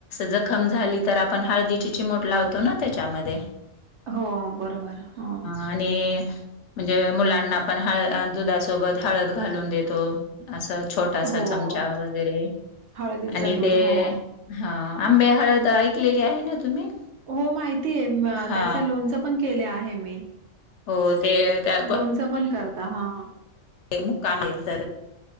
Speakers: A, on the left; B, on the right.
A: जखम झाली तर आपण हळदीची चिमट लावतो ना त्याच्यामध्ये
B: हो बरोबर हा
A: आणि म्हणजे मुलांना पण हळ दुधासोबत हळद घालून देतो असं छोटासा
B: हो
A: चमचा वगैरे,
B: हळदीचं
A: आणि
B: दूध
A: ते
B: हो.
A: हा, आंबे हळद ऐकलेली आहे ना तुम्ही?
B: हो, माहितीय,
A: हा
B: त्याच लोणचं पण केलं आहे मी.
A: हो, ते त्या
B: लोणच पण करता, हा हा.
A: ये मुक्काम येल तर